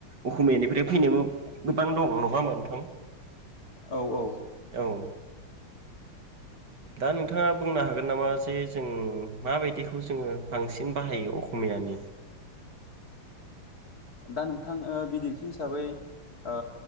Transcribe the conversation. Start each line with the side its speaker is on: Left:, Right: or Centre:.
Right: अस'मियानिफ्राय फै <unintelligible> गोबां दङ नङा नोंथां
Left: औ औ
Right: औ दा नोंथाङा बुंनो हागोन नामा जे जों माबायदिखौ जोङो बांसिन बाहायो अकमिया बियानि
Left: दा नोंथां ओ बिदिन्थि हिसाबै ओ